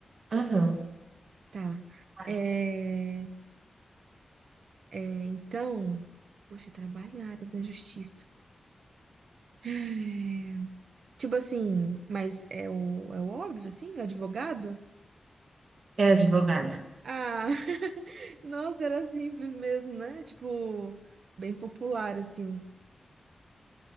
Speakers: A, on the right; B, on the right.
A: Aham.
B: Tá.
A: Olha,
B: É, é, então. Poxa, trabalho na área da justiça. <sighs> Tipo assim, mas é o, é o óbvio, assim? O advogado?
A: é advogado.
B: Ah, Nossa, era simples mesmo, né? Tipo, bem popular, assim.